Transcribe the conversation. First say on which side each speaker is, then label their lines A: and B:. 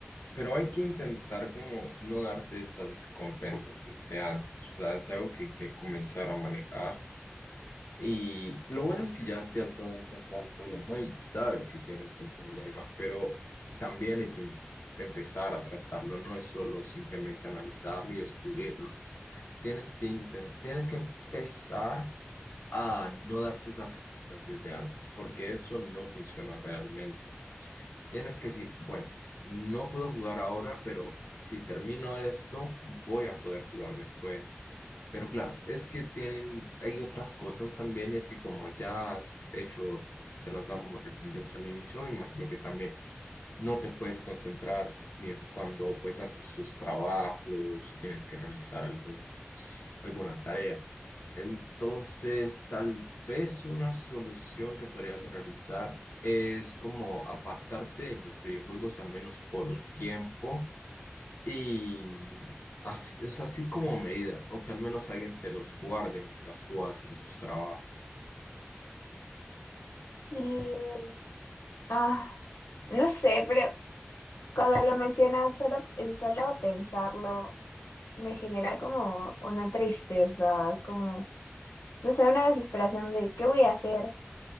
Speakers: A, on the left; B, on the left.
A: Pero hay que intentar como no darte estas recompensas desde antes, o sea, es algo que hay que comenzar a manejar. Y lo bueno es que ya te has dado cuenta del problema y sabes que tienes el problema, pero también hay que em- empezar a tratarlo, no es solo simplemente analizarlo y descubrirlo. Tienes que inten- tienes que empezar a no darte esas recompensas desde antes, porque eso no funciona realmente. Tienes que decir, bueno, no puedo jugar ahora, pero si termino esto, voy a poder jugar después. Pero claro, es que tienen, hay otras cosas también, y es que como ya has hecho, te las dado como recompensa al inicio, me imagino que también no te puedes concentrar bien cuando pues haces sus trabajos o tienes que realizar algún alguna tarea. Entonces, tal vez una solución que podrías realizar es como apartarte de los videojuegos al menos por un tiempo y así, o sea, así como medida, o que al menos alguien te los guarde mientras tú haces los trabajos.
B: Y, ah, no sé, pero cuando lo mencionas, solo, el solo pensarlo me genera como una tristeza, como, no sé, una desesperación de ¿qué voy a hacer?